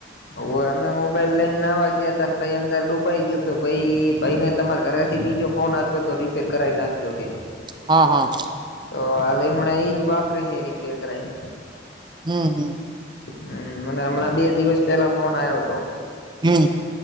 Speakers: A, on the left; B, on the right.
A: હોવે અમે મોબાઈલ લઈન નાવા ગયા તા પહી અંદર ડૂબાઈ ગયું તો પહી ભઈને તમારા ઘરે થી બીજો ફોન આપ્યો તો રીપેર કરાવી નાખજો કે
B: હા હા.
A: તો હાલે એમણાં એજ વાપરે હે રિપેર કરાઈન
B: હમ હમ.
A: હમ મને હમણાં બે દિવસ પેલા ફોન આવ્યો હતો.
B: હમ.